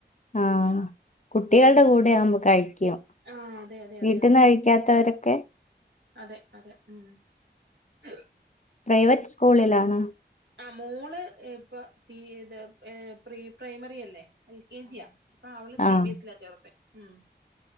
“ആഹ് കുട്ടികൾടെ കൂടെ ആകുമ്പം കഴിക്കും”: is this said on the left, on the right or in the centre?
Left